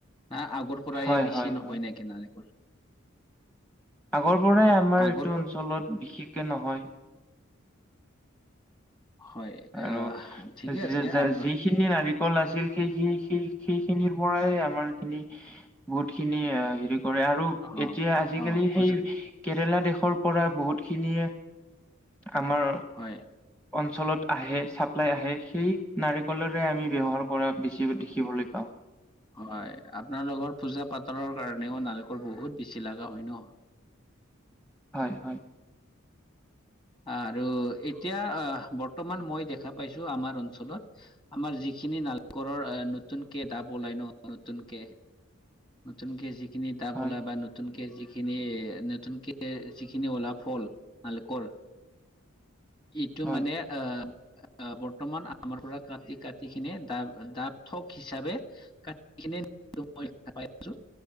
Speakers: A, on the left (about 25°); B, in the centre.
A: না আগৰ পৰায়ে
B: হয়
A: বেছি
B: হয়
A: নহয়
B: হয়
A: নেকি নাৰিকল।
B: আগৰ পৰাই আমাৰ
A: আগৰ
B: এইটো
A: প
B: অঞ্চলত বিশেষকে নহয়।
A: হয়
B: আৰু
A: অহ, ঠিকে
B: যি-
A: আছে
B: যা-
A: আপ
B: যিখিনি নাৰিকল আছিল সেই-সেই-সেই-সেইখিনৰ পৰাই আমাৰখিনি বহুতখিনি হেৰি কৰে আৰু
A: অ'
B: এতিয়া আজিকালি
A: অ' পূজা
B: সেই কেৰেলা দেশৰ পৰা বহুতখিনিয়ে আমাৰ
A: হয়
B: অঞ্চলত আহে চাপ্লাই আহে সেই নাৰিকলৰে আমি ব্যৱহাৰ কৰা বেছি। দেখিবলৈ
A: <unintelligible>
B: পাওঁ
A: হয়, আপোনালোকৰ পূজা পাতলৰ কাৰণেও নাৰিকল বহুত বেছি লগা হয় ন'।
B: হয়, হয়।
A: আৰু এতিয়া অহ, বৰ্তমান মই দেখা পাইছোঁ আমাৰ অঞ্চলত আমাৰ যিখিনি নাৰিকলৰ নতুনকে ডাব ওলাই ন' নতুনকে। নতুনকে যিখিনি ডাব
B: হয়
A: ওলাই বা নতু নতুনকে যিখিনি, নতুনকে যিখিনি ওলোৱা ফল নাৰিকল। এইটো
B: হয়
A: মানে অহ, বৰ্তমান আমাৰ পৰা কাটি-কাটিখিনি ড-ডাব থক হিচাপে <unintelligible> আছোঁ।